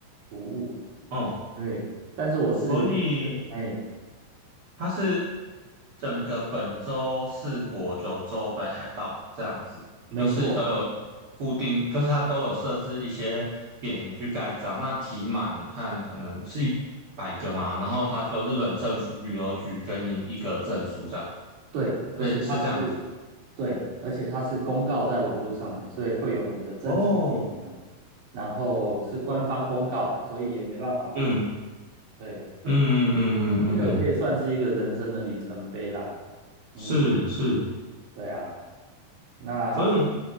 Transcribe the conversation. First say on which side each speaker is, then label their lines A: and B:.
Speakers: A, on the right; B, on the right.
A: 服务。
B: 哦，
A: 对，但是我是觉得，
B: 所以
A: 哎，
B: 它是整个本州、四国、九州、北海道这样子，
A: 没错，
B: 就是都有固定，就是它都有设置一些点你去盖章，那题满看可能是一百个嘛，然后它就日本政府旅游局给你一个证书这样。
A: 对，而且它是，
B: 对，是这样子吗？
A: 对，而且它是公告在网络上的，所以会有你的真实姓名，
B: 哦，
A: 然后是官方公告，所以也没办法做。
B: 嗯
A: 对，
B: 嗯嗯嗯嗯嗯嗯，
A: 这个可以算是一个人生的里程碑啦。嗯，
B: 是是，
A: 对啊，那，
B: 所以